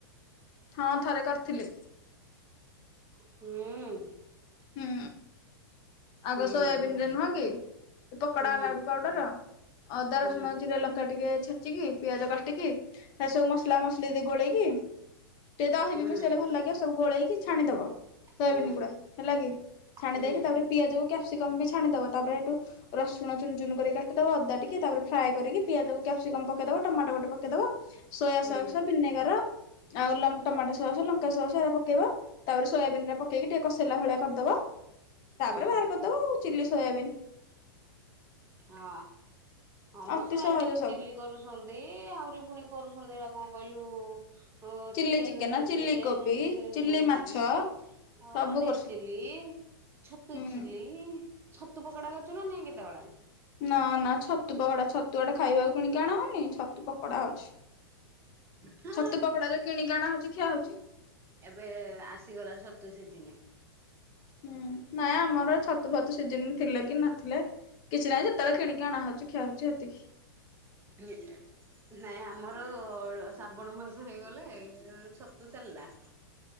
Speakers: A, on the left; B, on the right.
A: ହଁ ଥରେ କରିଥିଲି।
B: ହୁଁ ଉଁ।
A: ହୁଁ ଆଗ
B: ହୁଁ
A: ସୋୟାବିନ ରେ ନୁହଁ କି। ପକୋଡା
B: ହୁଁ
A: <unintelligible> ପାଉଡର। ଅଦା
B: ହୁଁ
A: ରସୁଣ ଜିରା ଲଙ୍କା ଟିକେ ଛେଚିକି ପିଆଜ କାଟିକି ସେ ସବୁ ମସଲା ମସଲିି ଗୋଳେଇକି ଟିକେ ଦହି
B: ହୁଁ
A: ବି ମିସେଇଲେ ଭଲ ଲାଗିବ ସବୁ ଗୋଳେଇକି ଛାଣିଦବ ସୋୟାବିନ୍
B: ହୁଁ
A: ଗୁଡା ହେଲା କି ଛାଣି
B: ହୁଁ
A: ଦେଇକି ତାପରେ ପିଆଜ କ୍ୟାପସିକମ୍ ବି ଛାଣିଦବା ତାପରେହେଠୁ ରସୁଣ ଚୁନ ଚୁନ କରି କାଟିଦବା ଅଦା ଟିକେ ତାରେ ଫ୍ରାଏ କରିକି ପିଆଜକୁ କ୍ୟାପସିକମ ପକେଇଦବା ଟମାଟୋ ଗୋଟେ ପକେଇଦବ ସୋୟା
B: ହୁଁ
A: ସକ୍ସ ଭିନେଗର ଆଉ ଲ ଟମାଟୋ ସସ୍ ଲଙ୍କା ସସ୍ ଏରା ପକେଇବ ତାପରେ ସୋୟାବିନ୍ ରା ପକେଇକି ଟିକେ କଷି ସଲା ଭଳିଆ କରିଦବା
B: ହୁଁ
A: ତାପରେ ବାହାର କରିଦବ ଆଉ ଚିଲ୍ଲି ସୋୟାବିନ୍।
B: ହଁ। ହମ
A: ଅତି
B: ସୋୟାବିନ
A: ସହଜ ସବୁ।
B: ଚିଲି କରୁଛନ୍ତି ଆହୁରି ପୁଣି କରୁଛନ୍ତି ହେଇରା କଣ କହିଲୁ? ଅ
A: ଚିଲି
B: ଚିକେନ୍
A: ଚିକେନ ଚିଲି
B: ଚଲେ
A: କୋବି
B: ଚିଲୀ
A: ଚିଲି
B: କୋବି
A: ମାଛ
B: ଆଉ
A: ସବୁ
B: ପନୀର୍
A: କରୁଛୁ
B: ଚିଲ୍ଲି। ଛତୁ
A: ହୁଁ।
B: ଚିଲି ଛତୁ ପକୋଡା କରୁଛୁ ନା ନାଇଁ କେତେବେଳେ?
A: ନା ନା ଛତୁ ପକୋଡା ଛତୁ ଆଡେ ଖାଇବାକୁ କିଣିଆଣା ହଉନି ଛତୁ ପକୋଡା ହଉଛି।
B: ହଁ
A: ଛତୁ ପକୋଡା ଯୋଉ କିଣିକି ଆଣା ହଉଛି ଖିଆ ହଉଛି।
B: ଏବେ ଆସିଗଲା ଛତୁ ସିଜିନି।
A: ହୁଁ ନାଇଁ ଆମର ଛତୁ ଫତୁ ସିଜିନ ଥିଲେ କି ନଥିଲେ କିଛି ନାହିଁ ଯେତେବେଳେ କିଣିକି ଅଣାହଉଛି ଖିଆ ହଉଛି ସେତିକି
B: ନାଇଁ ଆମର ଆ ଶ୍ରାବଣ ମାସ ହେଇଗଲେ ଛତୁ ଚାଲିଲା